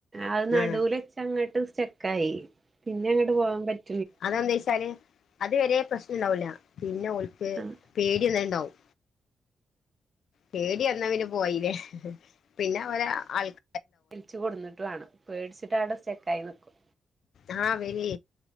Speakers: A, on the right; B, on the left.
A: അത് നടുവൽ
B: ആഹ്
A: വച്ചങ്ങോട്ട് സ്റ്റക്ക് ആയി പിന്നെ അങ്ങോട്ട് പോകാൻ പറ്റ്
B: അത് എന്ന് വെച്ചാല് അത് വരെ പ്രശ്നം ഇണ്ടാവൂല്ല പിന്നെ ഓൽക്ക്
A: ആഹ്
B: പേടിയന്നണ്ടാവും പേടി വന്ന പിന്നെ പോയില്ലേ പിന്നെ അവരെ ആൾക്
A: പിലിച്ച് കൊണ്ട് വന്നിട്ട് വേണം പേടിച്ചിട്ട് അവിടെ സ്റ്റക്കായി നിൽക്കും
B: ആഹ് അവരി